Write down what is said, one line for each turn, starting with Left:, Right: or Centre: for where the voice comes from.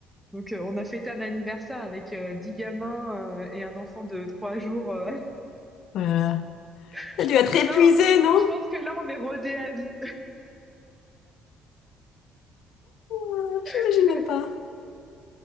Centre: Donc, euh, on a fêté un anniversaire avec euh, 10 gamins euh, et un enfant de 3 jours. euh.
Left: Voilà.
Centre: <laughs>
Left: T'as
Centre: Je
Left: dû
Centre: pense
Left: être
Centre: que
Left: épuisé,
Centre: là,
Left: non?
Centre: je pense que là, on est rodé à vie.
Left: Ah, J'imagine
Centre: <laughs>
Left: même pas.